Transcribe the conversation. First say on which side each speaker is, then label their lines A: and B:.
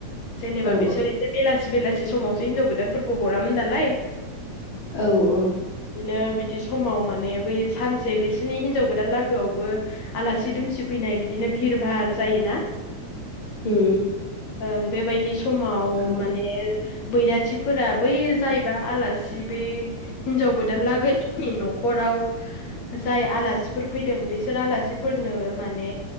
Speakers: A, on the left (about 65°); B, on the left (about 40°).
A: जेनेबा
B: औ
A: बिसोर एसे बेलासि बेलासि समावसो हिनजाव गोदानफोरखौ हरामोन दालाय।
B: औ औ।
A: बिदिनो बिदि समाव माने बै सानसे बिसोरनि हिनजाव गोदान लोगोआवबो आलासि दुमसि फैनाय बिदिनो भिर भार जायोना।
B: उम।
A: ओं बेबायदि समाव
B: औ
A: माने बैराथिफोरा बै जायबा आलासि बै हिनजाव गोदान लागोनिफाय न'खराव जाय आलासिफोर फैदों बेसोर आलासिफोरनो माने